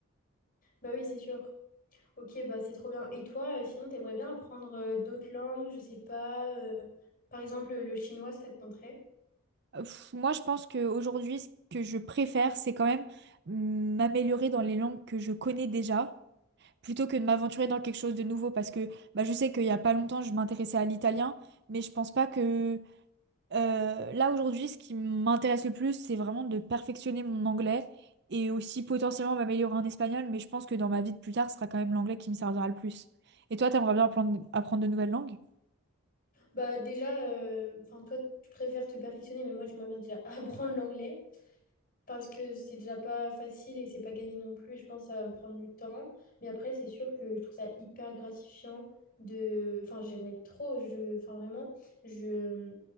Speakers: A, on the left (about 45°); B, on the right (about 50°).
A: Bah oui, c'est sûr. Ok, bah c'est trop bien. Et toi, euh, sinon, t'aimerais bien apprendre euh, d'autres langues, je sais pas. euh, par exemple, le chinois, ça te tenterait?
B: Euh, pff, moi, je pense qu'aujourd'hui, ce que je préfère, c'est quand même mm, m'améliorer dans les langues que je connais déjà, plutôt que de m'aventurer dans quelque chose de nouveau, parce que bah, je sais qu'il y a pas longtemps, je m'intéressais à l'italien, mais je pense pas que Euh, là aujourd'hui, ce qui m'intéresse le plus, c'est vraiment de perfectionner mon anglais et aussi potentiellement m'améliorer en espagnol, mais je pense que dans ma vie de plus tard, ce sera quand même l'anglais qui me servira le plus. Et toi, t'aimerais bien apprendre, apprendre de nouvelles langues?
A: Bah déjà, euh, enfin toi, tu préfères te perfectionner, mais moi, j'aimerais bien déjà <laughs> apprendre l'anglais. Parce que c'est déjà pas facile et c'est pas gagné non plus. Je pense que ça va me prendre du temps. Mais après, c'est sûr que je trouve ça hyper gratifiant de. Enfin, j'aimerais trop. Je... Enfin, vraiment, je.